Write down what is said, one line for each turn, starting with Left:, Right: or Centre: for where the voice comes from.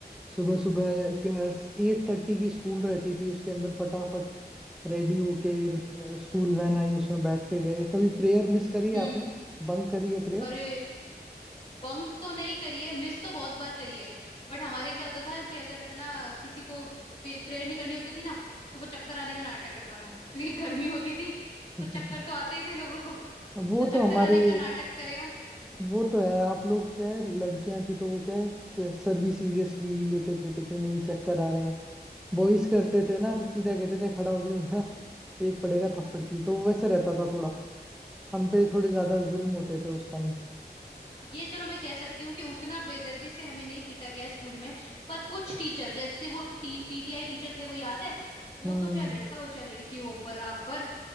Centre: सुबह सुबह एट थर्टी की स्कूल रहती थी उसके अंदर फटाफट रेडी होके स्कूल वैन आई उसमें बैठ के गए कभी प्रेयर मिस करी है
Left: हम्म
Centre: आपने बंक करी है प्रेयर
Left: अरे बंक तो नहीं करी है मिस तो बहुत बार करी है बट हमारे क्या होता था कि अगर है ना किसी को प्रेयर नहीं करनी होती थी ना तो वो चक्कर आने का नाटक करता था क्योंकि गर्मी होती थी
Centre: <laughs>
Left: तो चक्कर तो आते ही थे लोगों को
Centre: वो
Left: तो चक्कर
Centre: तो हमारे
Left: आने का नाटक करेगा
Centre: वो तो है आप लोग क्या है लड़कियां थी तो वो क्या है सर भी सीरियसली लेते थे, थे कि नहीं चक्कर आ रहे हैं बॉयज करते थे ना तो सीधा कहते थे खड़ा हो जाए ना एक पड़ेगा थप्पड़ की तो वैसे रहता था थोड़ा हम पे थोड़े ज्यादा जुल्म होते थे उस टाइम
Left: हाँ ये चलो मैं कह सकती हूँ कि उतना बेदर्दी से हमें नहीं पीटा गया है स्कूल में पर कुछ टीचर जैसे वो टी, पीटीआई टीचर थे वो याद है वो
Centre: हम्म
Left: तो चाहे लड़का हो चाहे लड़की हो बराबर